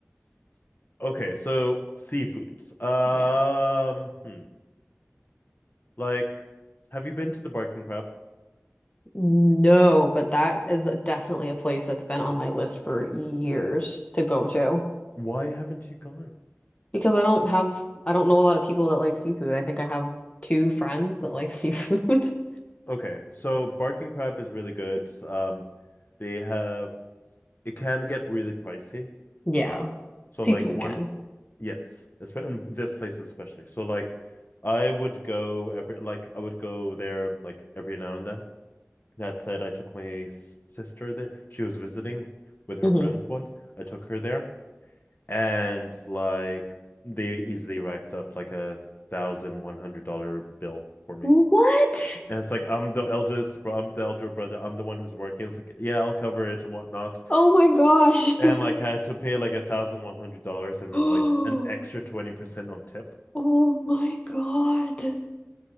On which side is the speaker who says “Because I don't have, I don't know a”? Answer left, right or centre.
Left